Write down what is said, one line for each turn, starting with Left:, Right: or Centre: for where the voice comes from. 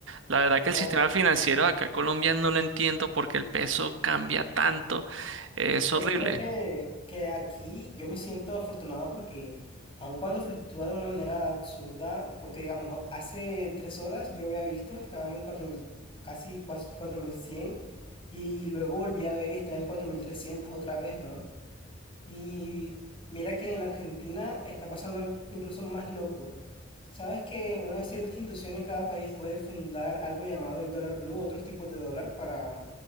Right: La verdad que
Left: Claro.
Right: el sistema financiero acá en Colombia no lo entiendo porque el peso cambia tanto. Es
Left: Pero
Right: horrible.
Left: mira que, que aquí yo me siento afortunado porque aun cuando fluctúa de una manera absurda, porque digamos, hace tres horas yo había visto, estaba en 4000 casi cuas- 4100 y luego volví a ver y estaba en 4300 otra vez, ¿no? Y mira que en Argentina está pasando algo incluso más loco. ¿Sabes que una cierta institución en cada país puede fundar algo llamado el dólar blue, otros tipos de dólar para,